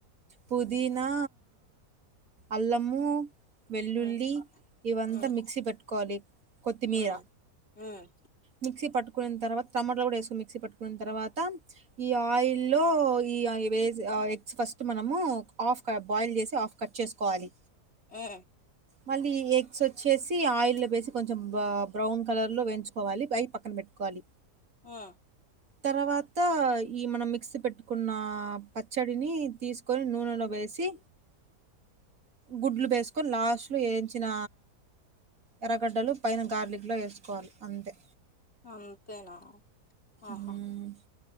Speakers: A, on the right; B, on the left.
A: పుదీనా అల్లమూ వెల్లుల్లి
B: ఉమ్
A: ఇవంతా
B: ఉమ్
A: మిక్సీ పెట్టుకోవాలి కొత్తిమీర
B: ఉమ్ ఉమ్
A: మిక్సీ పట్టుకున్న తర్వాత టమాటలు కూడా వేసుకోని మిక్సీ పట్టుకున్న తర్వాత ఈ ఆయిల్ లో ఈ వేసి ఆ ఎగ్స్ ఫస్ట్ మనము ఆఫ్ క బాయిల్ చేసి ఆఫ్ కట్ చేసుకోవాలి
B: ఉమ్
A: మళ్ళీ ఎగ్స్ చేసి ఆయిల్ వేసి కొంచెం బ్రౌన్ కలర్ లో వేయించుకోవాలి పై పక్కన పెట్టుకోవాలి
B: ఆ
A: తర్వాత ఈ మనం మిక్సీ పెట్టుకున్న పచ్చడిని తీసుకొని నూనెలో వేసి సి గుడ్లు వేసుకొని లాస్ట్ లో ఏంచిన ఎరగడ్డలు పైన గార్లిక్ లో వేసుకోవాలి అంతే
B: అంతేనా ఆహా
A: మ్మ్.